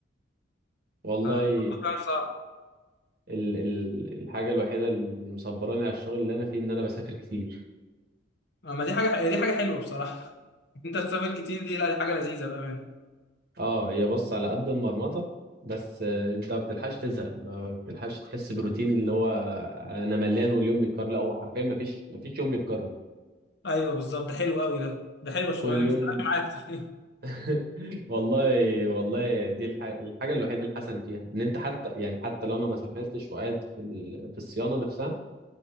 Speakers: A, on the right; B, on the left.
A: والله
B: ف- فعلا صعب
A: ال ال الحاجه الوحيده اللي مصبراني على الشغل اللي انا فيه ان انا بسافر كتير
B: اما دي حاجه هي دي حاجه حلوه بصراحه <laughs> انت تسافر كتير دي لا دي حاجه لذيذه بامانه
A: اه هي بص على قد المرمطه بس آه، انت ما بتلحقش تزهق ما بتلحقش تحس بروتين اللي هو انا ملان واليوم بيتكرر لا هو حرفيا ما فيش ما فيش يوم بيتكرر
B: ايوه بالظبط ده حلو قوي ده ده حلوه الشغلانه
A: كل يوم
B: يعني مستحيل معاك تحقيق
A: <laughs> والله والله دي الح... الحاجه الوحيده الحسن فيها ان انت حتى يعني حتى لو انا ما سافرتش وقاعد في ال... في الصيانه نفسها